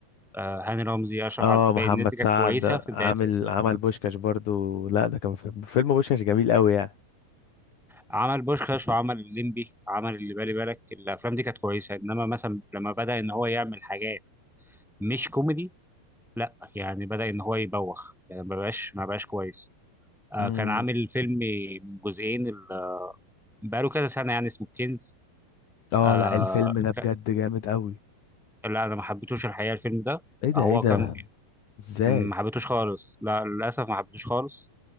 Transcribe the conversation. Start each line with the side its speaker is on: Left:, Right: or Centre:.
Centre: آه، هاني رمزي اشرف
Left: اه
Centre: عبد الباقي
Left: محمد
Centre: الناس دي كانت
Left: سعد
Centre: كويسه في بدايتها
Left: عامل عمل بوشكاش برضو لا ده كان في فيلم بوشكاش جميل قوي يعني
Centre: عمل بوشخاش وعمل الليمبي عمل اللي بالي بالك الافلام دي كانت كويسه انما مثلا لما بدا ان هو يعمل حاجات مش كوميدي لا يعني بدا ان هو يبوخ يعني ما بقاش ما بقاش كويس آه،
Left: امم
Centre: كان عامل فيلم من جزئين ال- بقاله كذا سنه يعني اسمه كنز
Left: اه
Centre: آه
Left: لا الفيلم ده بجد
Centre: ك-
Left: جامد قوي
Centre: لا انا ما حبيتوش الحقيقه الفيلم ده
Left: ايه ده
Centre: هو
Left: ايه ده
Centre: كان
Left: ازاي
Centre: ما حبيتوش خالص لا للاسف ما حبيتوش خالص